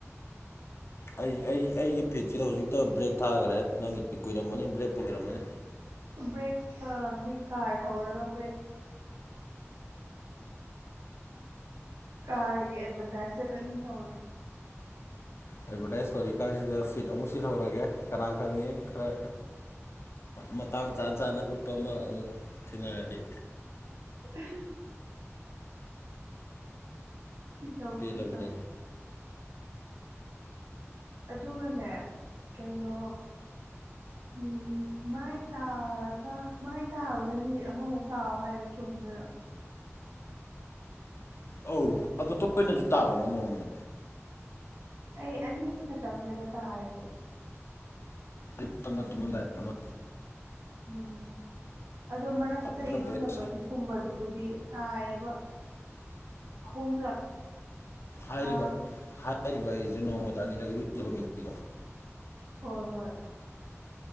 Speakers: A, on the left (about 55°); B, on the right (about 70°).
A: ꯑꯩ ꯑꯩ ꯑꯩꯒꯤ ꯐꯤꯠꯁꯤꯗ ꯍꯧꯖꯤꯛꯇ ꯕ꯭ꯔꯦꯛ ꯊꯥꯈꯔꯦ ꯅꯪꯒꯤ ꯀꯨꯏꯔꯝꯃꯅꯤ ꯕ꯭ꯔꯦꯛ ꯄꯣ ꯂꯩꯔꯝꯃꯅꯤ
B: ꯕ꯭ꯔꯦꯛ ꯑ ꯃꯤ ꯀꯥ ꯊꯎꯔꯒ ꯭ꯔꯦꯛ ꯀꯥꯔꯒꯤ ꯑꯦꯗꯚꯔꯇꯥꯏꯁꯁꯦ ꯀꯝ ꯇꯧꯔꯦ
A: ꯑꯦꯗꯚꯔꯇꯥꯏꯁ ꯇꯧꯔꯤꯛ ꯀꯥꯟꯁꯤꯗ ꯐꯤꯠ ꯑꯃꯨꯛ ꯁꯤꯜꯍꯧꯔꯒꯦ ꯀꯅꯥ ꯈꯪꯉꯤ ꯈꯔ ꯃꯇꯥꯡ ꯆꯥꯅ ꯆꯥꯅ ꯎꯠꯄ ꯑꯃ ꯊꯦꯡꯅꯔꯗꯤ
B: <unintelligible> ꯆꯥꯎꯧ
A: ꯄꯦꯜꯂꯕꯅꯤ
B: ꯊꯤ ꯆꯧ ꯑꯗꯨꯒꯅꯦ ꯀꯩꯅꯣ ꯎꯝ ꯃꯥꯏ ꯇꯥꯔꯒ ꯃꯥꯏ ꯇꯥꯕꯗ ꯃꯤꯅꯤꯠ ꯑꯃꯃꯨꯛ ꯇꯥꯑꯣ ꯍꯥꯏꯔꯣ ꯆꯨꯝꯗꯣꯏꯔꯣ
A: ꯑꯧ ꯑꯗꯣ ꯇꯣꯏꯅꯁꯨ ꯇꯥꯒ꯭ꯔꯣ ꯅꯣꯡꯃꯗ
B: ꯑꯩ ꯑꯅꯤ ꯈꯛꯇꯪꯅꯦꯕ ꯇꯥꯔꯤꯁꯦ
A: ꯑꯌꯨꯛꯇ ꯑꯃꯥ ꯇꯨꯝꯂꯝꯗꯥꯏꯗ ꯑꯃꯥ
B: ꯎꯝ ꯑꯗꯣ ꯃꯔꯛꯇ
A: ꯑꯗꯨꯅ
B: ꯏꯔꯨꯖꯕꯒꯤ
A: ꯕꯦꯁꯅꯤ
B: ꯀꯨꯝꯕꯗꯨꯕꯨꯗꯤ ꯇꯥꯏꯌꯦꯕ ꯑꯍꯨꯝꯂꯛ
A: ꯎ ꯍꯥꯏꯔꯤꯕ
B: ꯑ
A: ꯍꯥꯏꯔꯤꯕ ꯑꯩꯁꯦ ꯅꯣꯡꯃꯗ ꯑꯅꯤꯔꯛ ꯏꯔꯨꯖꯕ ꯃꯤꯅꯤꯀꯣ
B: ꯍꯣꯏ ꯍꯣꯏ꯫